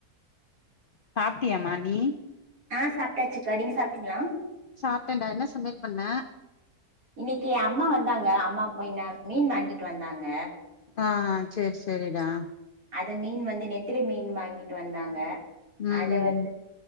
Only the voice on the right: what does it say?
ஆஹ் சாப்பிட்டாச்சுக்கா நீங்க சாப்பிட்டீங்களா
இன்னைக்கு அம்மா வந்தாங்க அம்மான மீன் வாங்கிட்டு வந்தாங்க
அது மீன் வந்து நெத்திலி மீன் வாங்கிட்டு வந்தாங்க
அத
வ